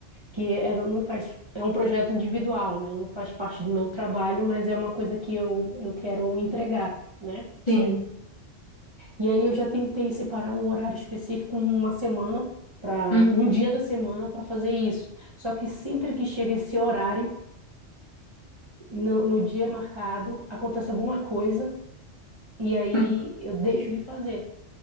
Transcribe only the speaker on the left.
sim.
Uhum.
<laughs>